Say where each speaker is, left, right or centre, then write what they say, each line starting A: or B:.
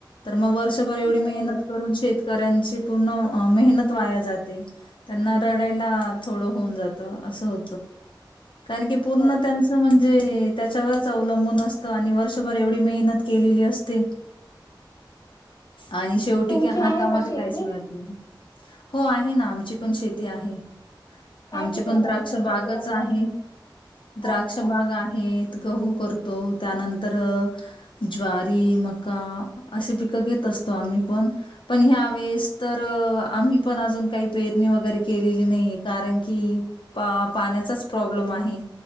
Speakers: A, on the left (about 80°); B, on the left (about 40°).
A: मग वर्षभर एवढी
B: बरोबर
A: मेहनत करून शेतकऱ्यांची पूर्ण मेहनत वाया जाते त्यांना रडायला थोडं होऊन जात असं हो कारण की पूर्ण
B: बरोबर
A: त्यांचं म्हणजे त्याच्यावरच अवलंबून असत आणि वर्षभर एवढी मेहनत केलेली असते आणि शेवटी
B: तुमची
A: की हातामध्ये
B: आहे का शेती
A: काहीच मिळत नाही हो आहे ना आमची पण शेती आहे
B: काय
A: आमचे
B: पिकवता
A: पण द्राक्ष
B: तुम्ही शेतीमध्ये
A: बागच आहे द्राक्ष
B: अच्छा
A: बाग हे गहू करतो त्यानंतर ज्वारी मका असे पिकं घेत असतो आम्ही पण पण ह्या वेळेस तर आम्ही पण अजून काही पेरणी वगैरे केलेली नाहीये कारण की पा पाण्याचाच प्रॉब्लेम आहे